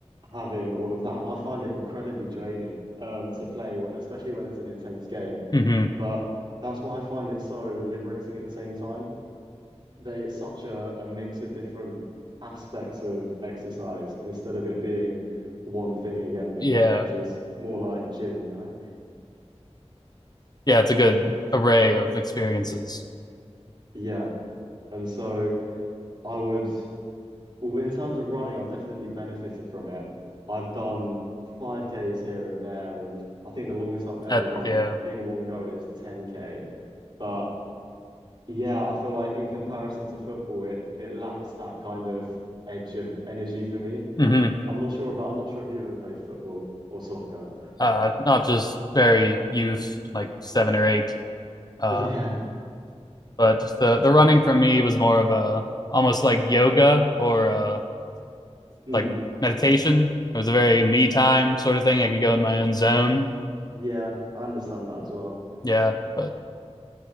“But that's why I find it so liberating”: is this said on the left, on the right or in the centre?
Right